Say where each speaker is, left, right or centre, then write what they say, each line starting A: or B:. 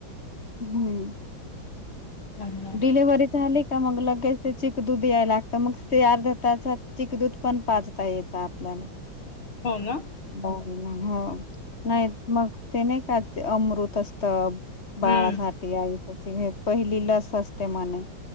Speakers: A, on the left (about 30°); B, on the left (about 85°).
A: हम्म.
B: चांगलं
A: डिलिव्हरी झाली कि मग लगेच ते चिक दूध याय लागतं मग ते अर्धा तासात चीख, दूध पण पाचता येतं आपल्याला.
B: हो, ना.
A: बाहेरा हा, मग ते नाही का ते अमृत, असत. बाळासाठी,
B: हम्म
A: आई साठी पहिली लस असते महण.